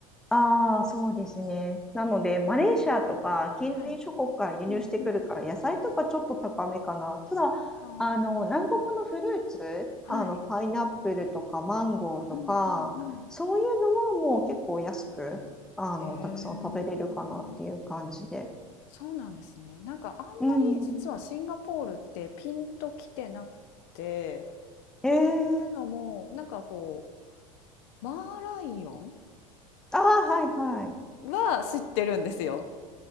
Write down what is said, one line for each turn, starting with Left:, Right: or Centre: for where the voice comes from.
Centre: ああ、そうですね。なので、マレーシアとか近隣諸国から輸入してくるから、
Left: はい。うんうん。
Centre: 野菜とかちょっと高めかな。ただ、
Left: あ
Centre: あの、南国のフルーツ、
Left: あ、
Centre: あの、
Left: はい。
Centre: パイナップルとかマンゴーとか、
Left: うんうんうん。
Centre: そういうのはもう結構安く、あの、
Left: へえ。
Centre: たくさん食べれるかなっていう感じで。
Left: そうなんですね。なんかあんまり実はシンガポールってピンときてなくて、
Centre: うん。えー、
Left: というのも、なんかこう、マーライオン
Centre: ああ、はいはい。
Left: は知ってるんですよ。